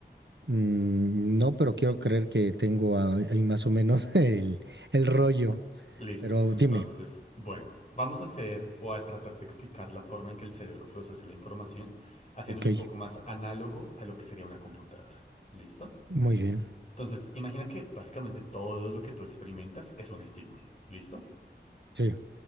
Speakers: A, on the right; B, on the left.
A: Mm, no, pero quiero creer que tengo a- ahí más o menos <laughs> el, el rollo.
B: Listo.
A: Pero
B: Entonces,
A: dime,
B: bueno, vamos a hacer o a tratar de explicar la forma en que el cerebro procesa la información, haciéndolo
A: ok,
B: un poco más análogo a lo que sería una computadora. ¿Listo?
A: muy bien,
B: Entonces, imagina que básicamente todo lo que tú experimentas es un estímulo. ¿Listo?
A: sí,